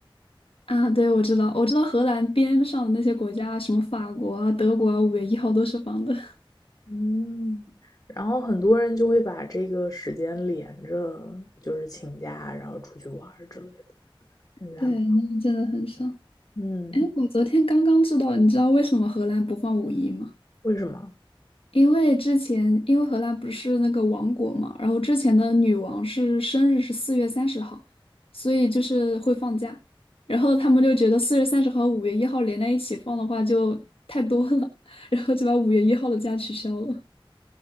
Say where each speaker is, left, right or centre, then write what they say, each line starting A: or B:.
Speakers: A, on the left (about 80°); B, on the left (about 40°).
A: <laughs> 啊，对，我知道，我知道荷兰边上的那些国家，什么法国啊、德国啊，五月一号都是放的。
B: 嗯，然后很多人就会把这个时间连着，就是请假，然后出去玩儿之类的，感觉还蛮，
A: 对，那真的很少。
B: 嗯，
A: 哎，我昨天刚刚知道，你知道为什么荷兰不放五一吗？
B: 为什么？
A: 因为之前，因为荷兰不是那个王国嘛，然后之前的女王是生日是四月三十号，所以就是会放假。然后他们就觉得四月三十号、五月一号连在一起放的话就太多了，<laughs> 然后就把五月一号的假取消了。